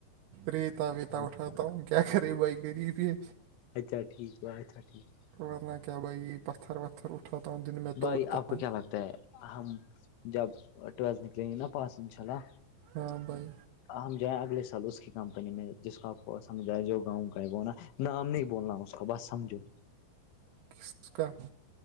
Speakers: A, on the right (about 85°); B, on the left (about 85°).
A: ریتا ویتا
B: اچھا
A: اٹھاتا ہوں کیا کرے بھائی غریب ہے
B: اچھا ٹھیک ہےا اچھا ٹھیک <inaudible>
A: ورنہ کیا بھائی پتھر وتھر اٹھاتا ہوں دن میں
B: بھائی
A: توڑتا
B: آپ کو
A: ہوں
B: کیا لگتا ہم جب ٹویلتھ نکلیں گے نا پاس انشاء اللہ
A: ہاں بائی
B: ہم جائیں اگلے سال اس کی کمپنی میں جس کا آپ کو سمجھائے جو گاؤں بولنا نام نہیں بولنا اس کو بس سمجو
A: کس کا <inaudible>